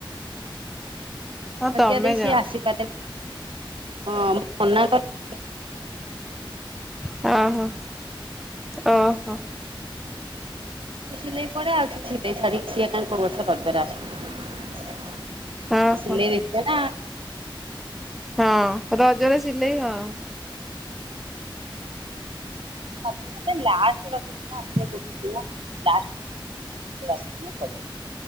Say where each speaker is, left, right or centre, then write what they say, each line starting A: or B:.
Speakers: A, in the centre; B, on the right (about 80°).
A: ହଁ ତମେ
B: ଆଜ୍ଞା ଦେଇ
A: ଯାଅ
B: ସିଏ ଆସିପାରିଲେନି। ହଁ ମୁଁ ମନା କଲି
A: ହଁ ହଁ ଓହୋ।
B: <unintelligible> ସିଲେଇ ଦେଖିତେ
A: ଓହୋ
B: ନା?
A: ହଁ ରଜରେ ସିଲେଇ ହଁ।
B: କଲେ ଲାଷ୍ଟ ରଜ ଦିନ ଆସିବେ ଗୋଟେ ଦିନ ଲାଷ୍ଟ ଆସି ଦିନ <unintelligible> <unintelligible>